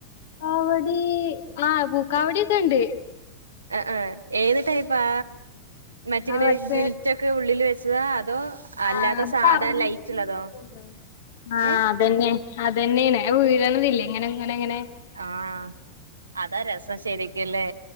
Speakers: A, on the left (about 55°); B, on the right (about 75°).
A: കാവടി ആ പൂക്കാവടിയൊക്കെ ഒണ്ട്
B: ആ ഹ ഏത് ടൈപ്പാ മറ്റിങ്ങനെ
A: ആഹ് മറ്റേ
B: ഗിൽ റ്റക്ക് ഉള്ളില് വെച്ചതാ അതോ അല്ലാത്ത
A: ആഹ് അത്
B: സാധാ
A: <unintelligible>
B: ലൈറ്റ് ഉള്ളതോ
A: ആഹ്
B: ഏ
A: അതന്നെ അതന്നെണ് വീഴലോന്നുല്ല ഇങ്ങനെ അങ്ങനങ്ങനെ
B: ആഹ്.., അതാ രസം ശരിക്കുല്ലേ?